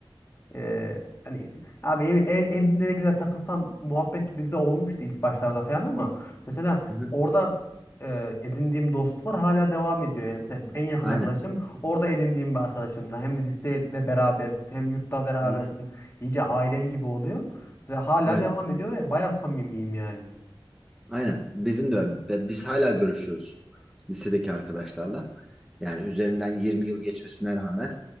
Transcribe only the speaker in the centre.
hı hı.
Aynen.
Hı hı.
Evet.
Aynen. Bizim de öyle. Biz hala görüşüyoruz lisedeki arkadaşlarla. Yani üzerinden 20 yıl geçmesine rağmen